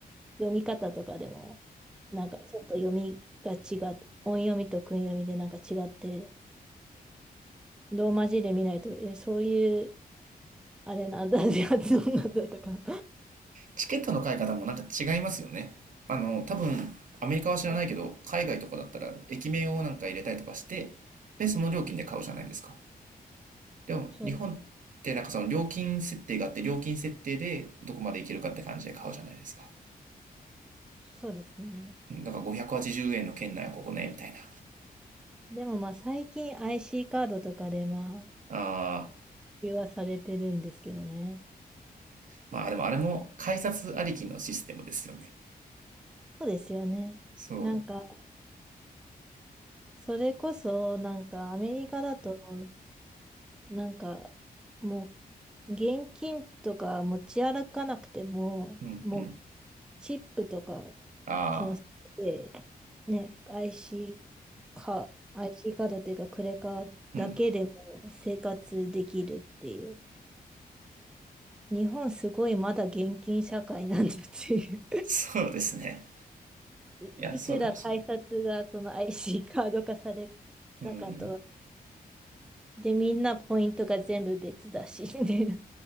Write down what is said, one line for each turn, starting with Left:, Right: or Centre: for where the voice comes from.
Centre: 読み方とかでも、なんかちょっと読みが違う、音読みと訓読みでなんか違って、ローマ字で見ないと、え、そういう、あれなんだ、<laughs> 発音なんだとか。
Right: チケットの買い方もなんか違いますよね。あの、多分、アメリカは知らないけど、
Centre: <laughs>
Right: 海外とかだったら、駅名をなんか入れたりとかして、で、その料金で買うじゃないですか。でも、
Centre: そう、
Right: 日本ってなんかその料金設定があって、料金設定でどこまでいけるかって感じで買うじゃないですか。
Centre: そうですね。
Right: うんだから580円の圏内はここね、みたいな。
Centre: でもまあ最近 IC カードとかでまあ、
Right: ああ、
Centre: 普及はされてるんですけどね。
Right: まあでもあれも改札ありきのシステムですよね。
Centre: そうですよね。
Right: そ
Centre: なんか、それこそ、なんかアメリカだと、なんか、もう、現金とか持ち歩かなくても、
Right: う。うん。
Centre: もう、チップとか、
Right: あ
Centre: その、でね、IC か、アイシーカードっていうか、クレカだけでも生活できるっていう。
Right: あ、うん。
Centre: 日本すごいまだ現金社会なんだっていう。
Right: そうですね。
Centre: <laughs> い、
Right: いや、そうかもしれない。
Centre: いくら改札がその IC カード化されたかと。
Right: うん。
Centre: で、みんなポイントが全部別だし、みたいな。